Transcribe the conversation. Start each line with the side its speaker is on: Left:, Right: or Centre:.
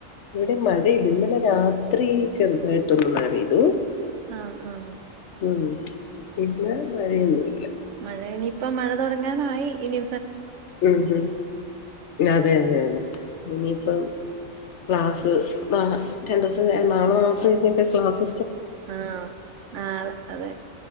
Left: ഇവിടെ മഴയില്ല ഇന്നലെ രാത്രി ചെറുതായിട്ടൊന്ന് മഴ പെയ്തു
Right: ആ ആ
Left: ഉം പിന്നെ മഴഴൊന്നുല്ല
Right: മഴ ഇനിയിപ്പം മഴ തുട തുടങ്ങാനായി ഇനി
Left: ഉം ഉം അതെ അതെ അതെ ഇനിയിപ്പം ക്ലാസ്സ് നാ രണ്ടൂസം നാളെ നാളത്തെ കഴിഞ്ഞൊക്കെ ക്ലാസ്സ്
Right: ആ നാളെ അതെ